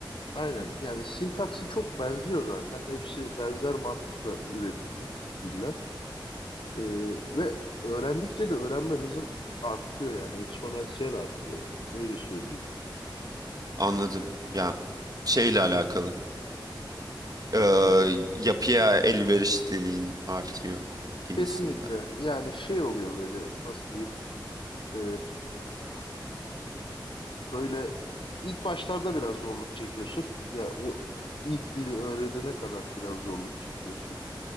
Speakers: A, on the left; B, on the right.
A: Aynen yani sintaksı çok benziyor zaten. Hepsi benzer mantıkla üretilmiş bu diller. Ee, ve öğrendikçe de öğrenme hızın artıyor yani eksponansiyel artıyor. Öyle söyleyeyim.
B: Anladım. Ya şeyle alakalı. Ee,
A: Aynen
B: yapıya elverişliliğin artıyor gibisinden.
A: kesinlikle yani şey oluyor böyle nasıl diyeyim Ee, böyle ilk başlarda biraz zorluk çekiyorsun. Ya o ilk dili öğrenene kadar biraz zorluk çekiyorsun.